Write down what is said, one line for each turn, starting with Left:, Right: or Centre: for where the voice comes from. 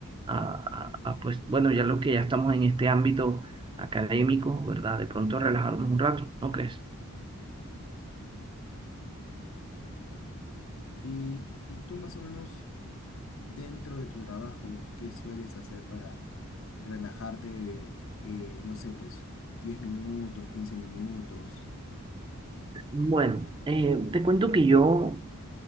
Right: A, a- a, pues bueno, ya lo que ya estamos en este ámbito académico, ¿verdad? De pronto relajarnos un rato, ¿no crees?
Left: Y, y tú más o menos dentro de tu trabajo, ¿qué sueles hacer para relajarte, eh, no sé, pues 10 minutos, 15 minutos?
Right: Bueno, eh, te cuento que yo